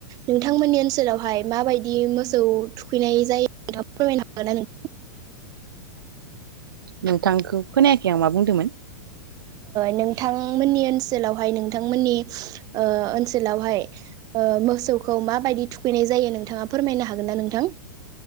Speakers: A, on the right; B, on the right.
A: नोंथांमोननि ओनसोलावहाय माबायदि मोसौ थुखैनाय जायो नोंथांखौ फोरमायनो हागोन ना
B: नोंथांखौ खोनायाखै आं मा बुंदोंमोन
A: नोंथांमोननि ओनसोलावहाय नोंथांमोननि ओनसोलावहाय। मोसौखौ माबायदि थुखैनाय जायो नोंथाङा फोरमायनो हागोन ना नोंथां